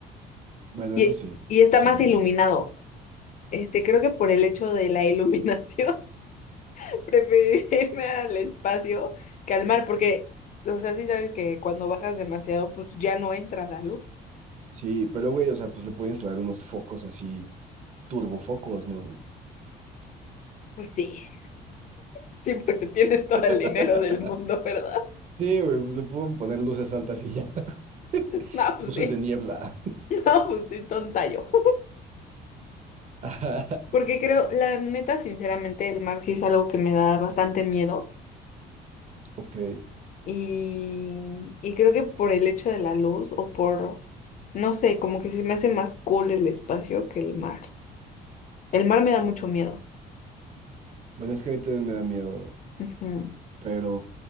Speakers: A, on the right; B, on the left.
A: Bueno,
B: Y,
A: eso sí,
B: y está
A: eso sí,
B: más
A: la
B: iluminado.
A: neta.
B: Este, creo que por el hecho de la iluminación, <laughs> preferiría irme al espacio que al mar, porque, o sea, sí sabes que cuando bajas demasiado, pues ya no entra la luz.
A: Sí, pero güey, o sea, pues le puedo instalar unos focos así, turbofocos, ¿no?
B: Pues sí, sí, porque tienes todo
A: <laughs>
B: el dinero del mundo, ¿verdad? <laughs>
A: Sí, güey, pues le puedo poner luces altas y ya. <laughs>
B: No, pues
A: Luces
B: sí,
A: de niebla.
B: <laughs> no, pues sí, tonta yo.
A: <laughs> Ajá.
B: Porque creo, la neta, sinceramente, el mar sí es algo que me da bastante miedo.
A: Ok.
B: Y, y creo que por el hecho de la luz o por, no sé, como que se me hace más cool el espacio que el mar. El mar me da mucho miedo.
A: Bueno, es que a mí también me da miedo,
B: Ujú,
A: pero,